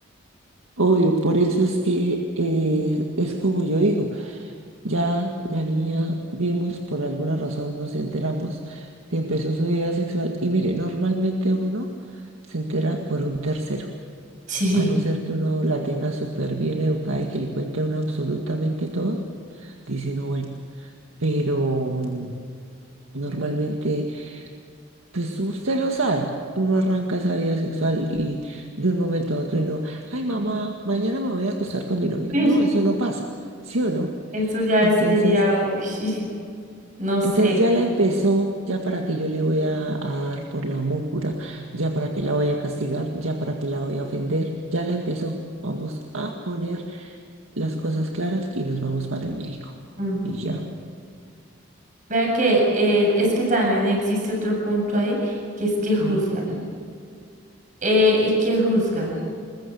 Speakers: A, on the right; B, on the right.
A: Obvio, por eso es que eh, es como yo digo, ya la niña vimos, por alguna razón nos enteramos que empezó su vida sexual y mire, normalmente uno se entera por un tercero,
B: Sí.
A: a no
B: <laughs>
A: ser que uno la tenga súper bien educada y que le cuente a uno absolutamente todo, dice uno, bueno, pero mm, normalmente Pues usted lo sabe, uno arranca esa vida sexual y de un momento a otro uno, ay mamá, mañana me voy a acostar con mi novio.
B: Sí,
A: No, eso no pasa, ¿sí o no?
B: eso ya
A: Entonces,
B: sería, uy, <laughs> no sé.
A: entonces ya la empezó, ya para que yo le voy a, a dar por la mócura, ya para que la voy a castigar, ya para que la voy a ofender, ya la empezó. Vamos a poner las cosas claras y nos vamos para el médico.
B: Mm.
A: Y ya.
B: Vea que eh, es que también existe otro punto ahí, que es que juzgan.
A: Mm,
B: Eh, ¿y que juzgan?